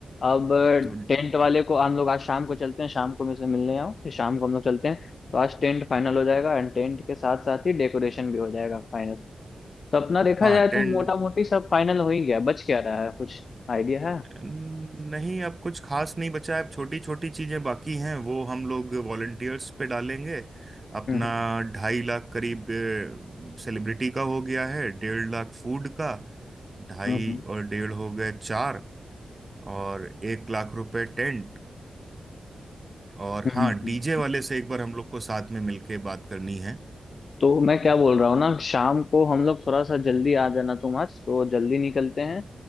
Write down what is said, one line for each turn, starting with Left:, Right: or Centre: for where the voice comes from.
Left: अब
Right: तो
Left: टेंट वाले को हम लोग आज शाम को चलते हैं शाम को मैं उसे मिलने आऊँ फिर शाम को हम लोग चलते हैं तो आज टेंट फाइनल हो जाएगा एंड टेंट के साथ साथ ही डेकोरेशन भी हो जाएगा फाइनल तो अपना देखा
Right: हाँ
Left: जाए तो
Right: टेन
Left: मोटा मोटी सब फाइनल हो ही गया बच क्या रहा है कुछ आइडिया है
Right: नहीं अब कुछ खास नहीं बचा है अब छोटी छोटी चीजें बाकी हैं वो हम लोग वॉलंटियर्स पे डालेंगे अपना
Left: हम्म
Right: ढाई लाख करीब सेलिब्रिटी का हो गया है डेढ़ लाख फूड का ढाई
Left: हम्म हम्म,
Right: और डेढ़ हो गए चार और एक लाख रुपए टेंट और
Left: हम्म,
Right: हाँ
Left: हम्म।
Right: डीजे वाले से एक बार हम लोग को साथ में मिलके बात करनी है
Left: तो मैं क्या बोल रहा हूँ ना शाम को हम लोग थोड़ा सा जल्दी आ जाना तुम आज तो जल्दी निकलते हैं